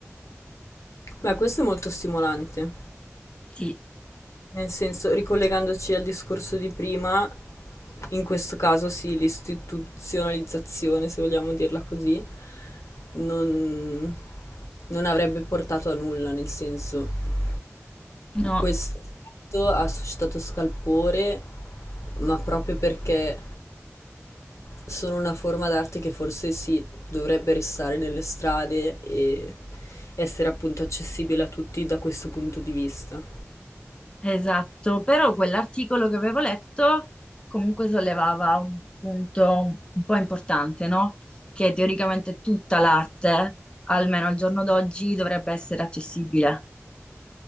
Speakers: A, on the left; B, on the left.
A: Beh, questo è molto stimolante.
B: Sì,
A: Nel senso, ricollegandoci al discorso di prima, in questo caso sì, l'istituzionalizzazione, se vogliamo dirla così, non, non avrebbe portato a nulla, nel senso,
B: no,
A: questo fatto ha suscitato scalpore, ma proprio perché sono una forma d'arte che forse sì, dovrebbe restare nelle strade e essere appunto accessibile a tutti da questo punto di vista.
B: esatto. Però quell'articolo che avevo letto comunque sollevava un punto un po' importante, no? Che teoricamente tutta l'arte, almeno al giorno d'oggi, dovrebbe essere accessibile.